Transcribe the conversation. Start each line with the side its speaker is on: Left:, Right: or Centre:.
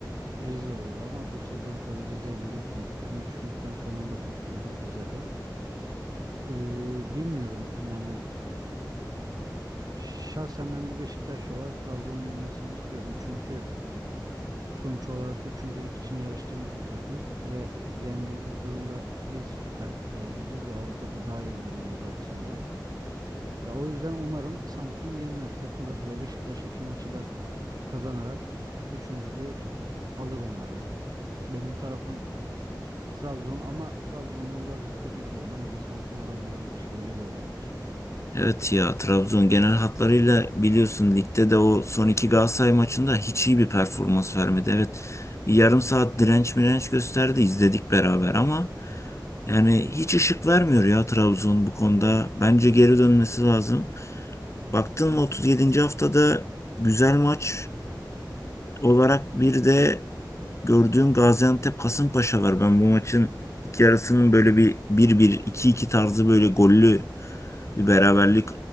Right: Rize olur ama bu sezon tabii Rize'yi biliyorsun küme düşmekten son anda kurtuldu Rize'de. Ee, bilmiyorum yani şahsen ben bir Beşiktaşlı olarak Trabzon'un yenmesini istiyorum. Çünkü sonuç olarak üçüncülük için yarıştığımız bir takım ve yendiğimiz durumda biz Süper Kupa'ya gideceğiz ve Avrupa'da daha iyi bir durum olacak sanırım. Ya o yüzden umarım Samsun yenilir, takılır ve Beşiktaş iki maçı da kazanarak üçüncülüğü alır umarım. Benim tarafım Trabzon ama Trabzon'da birazcık kötü gidiyor. Bana da Samsun alabilirmiş gibi geliyor bu maç.
Left: Evet ya Trabzon genel hatlarıyla biliyorsun ligde de o son iki Galatasaray maçında hiç iyi bir performans vermedi. Evet bir yarım saat direnç mirenç gösterdi izledik beraber ama yani hiç ışık vermiyor ya Trabzon bu konuda. Bence geri dönmesi lazım. Baktın mı 37. haftada güzel maç olarak bir de gördüğüm Gaziantep Kasımpaşa var. Ben bu maçın ilk yarısının böyle bir bir 1 iki 2 tarzı böyle gollü bir beraberlik